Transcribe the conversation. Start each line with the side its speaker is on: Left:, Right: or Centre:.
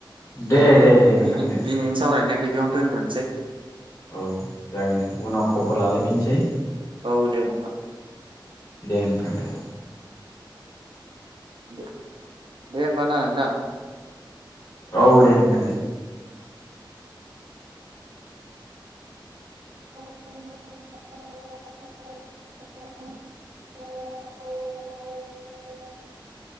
Left: दे दे। नोंथां
Right: दि-दिनैनो
Left: दे
Right: सावरायनो बेयावनो दोनथ'सै।
Left: औ जागोन दे उनाव खबर लालायफिनसै
Right: औ औ दे नोंथां
Left: दे नोंथां दे
Right: दे दे होमबा ना नोंथां
Left: औ दे नोंथां दे
Right: <inaudible>